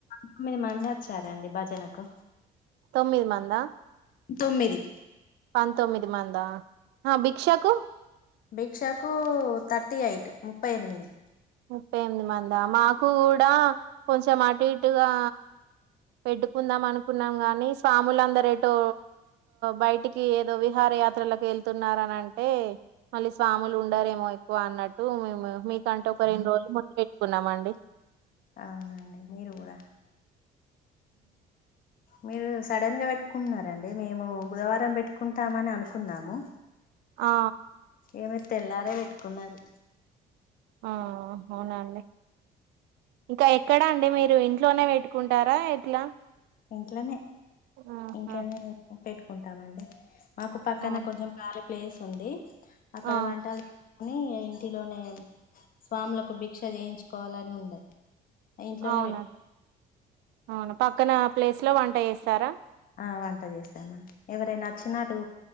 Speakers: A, on the left; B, on the right.
A: తోమ్మిది మంది వచ్చారండి, భజనకు
B: తొమ్మిది మందా
A: తొమ్మిది
B: పంతొమ్మిది. మందా ఆ భిక్షకు
A: భిక్ష కు థర్టీ ఎయిట్ ముప్పై ఎనిమిది
B: ముప్పై ఎనిమిది మందా మాకు కూడా కొంచెం అటు ఇటుగా, పెట్టుకుందాం అనుకున్నాం ని స్వాములుందర ఏటో బయటికి ఏదో విహారయాత్రలకు వెళ్తున్నారని, అంటే మళ్ళీ స్వాములు ఉండరేమో ఎక్కువ అన్నట్టు మేము మీకంటే ఒక రెండు రోజులు ముందు పెట్టుకున్నాము అండి,
A: అవునండి మీరు కూడా మీరు సడన్గా పేట్ ఉన్నా డి మేము బుధవారం పెట్టుకుంటామని అనుకున్నాము.
B: ఆ
A: ఏ తెల్లారే పెట్టుకున్నారు.
B: ఆ అవునాండి ఇంకా ఎక్కడా అండి మీరు మీరు ఇంట్లోనే పెట్టుకుంటారా, ఎట్లా
A: ఇంట్లోనే
B: ఆహా
A: ఇంట్లోనే పెట్టు పెట్టుకుంటామండీ, మాకు పక్కన
B: అవును
A: కొంచెం కాలి ప్లేస్ ఉంది అక్కడ
B: ఆ
A: వంటలు కాని ఇంటిలోనే స్వాములకు భిక్ష చేయించుకోవాలని ఉండే ఇంట్లోనే
B: అవునా
A: పెట్టుకు
B: అవునా ప పక్కన ప్లేస్ లో వంట చేస్తారా
A: ఆ వంట చేసా మ ఎవరైనా నచ్చినటు